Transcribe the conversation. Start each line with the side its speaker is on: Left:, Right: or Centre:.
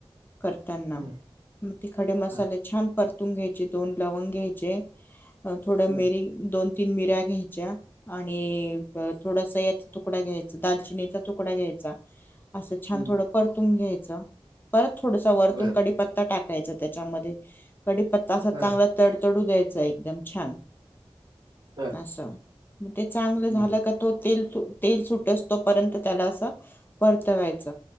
Left: करताना
Right: हं.
Left: मग त खडे मसाले
Right: हा.
Left: छान परत - परतून घ्यायचे दोन लवंग घ्यायचे - थोड
Right: बर.
Left: मिरी दोन तीन मिऱ्या घ्यायच्या आणि ब थोडसा यात तुकडा घ्यायचा दालचिनीचा तुकडा घ्यायचा अस छान
Right: हं.
Left: तुन घ्याय परत थोडस वरतून
Right: बर
Left: कडीपत्ता टाकायचा त्याच्यामध्ये कढी पत्ता असा
Right: हा.
Left: चांगला तडतडू द्यायच एकदम छान
Right: बर
Left: अस मग ते चांगलं झालं
Right: हं.
Left: का तो तेल तेल सुट सुटोसतो पर्यंत त्याला अस परतवायच